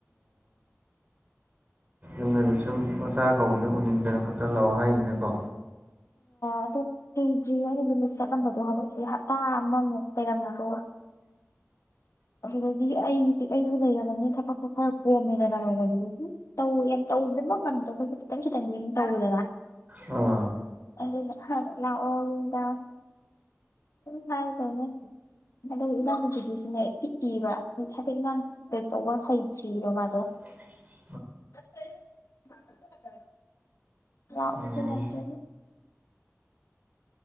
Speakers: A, on the right; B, on the left.
A: ꯇꯨꯝꯅꯗꯤ ꯁꯨꯝ ꯃꯆꯥ ꯀꯧꯕꯅ ꯎꯅꯤꯡꯗꯅ ꯈꯣꯠꯇꯅ ꯂꯥꯛꯑꯣ ꯍꯥꯏꯅꯀꯣ
B: ꯑꯗꯨ ꯀꯔꯤꯗ꯭ꯔꯤ ꯍꯥꯏ ꯌꯨꯝꯗ ꯆꯠꯂꯝꯕꯗꯣ ꯍꯟꯂꯛꯁꯦ ꯍꯞꯇꯥ ꯑꯃꯃꯨꯛ ꯂꯩꯩꯔꯝꯕꯗꯣ ꯑꯗꯨꯗꯤ ꯑꯩ ꯑꯩꯁꯨ ꯂꯩꯔꯕꯅꯤ ꯊꯕꯛꯇꯣ ꯈꯔ ꯄꯣꯝꯃꯦꯗꯅ ꯅꯣꯡꯃꯗꯨ ꯑꯗꯨ ꯇꯧꯦꯧ ꯇ ꯉꯝꯗ꯭ꯔꯣ ꯑꯩꯣꯏ ꯇꯪꯁꯤꯈꯤ ꯇꯦꯡ ꯇꯧꯗꯅ
A: ꯑ
B: ꯑꯗꯨ ꯂ ꯑꯣꯗ ꯍꯥꯏꯗꯅꯦ ꯑꯗ ꯏꯅꯥꯎ ꯃꯆꯗꯨꯁꯨꯅꯦ ꯄꯤꯛꯏꯕ ꯁꯥꯐꯛ ꯏꯥꯡ ꯇꯧꯕ ꯍꯩꯇ꯭ꯔꯤꯔꯤꯕ ꯃꯥꯗꯣ
A: <unintelligible>
B: <unintelligible> ꯔꯕꯁ
A: ꯑꯣ
B: ꯅꯝ ꯆ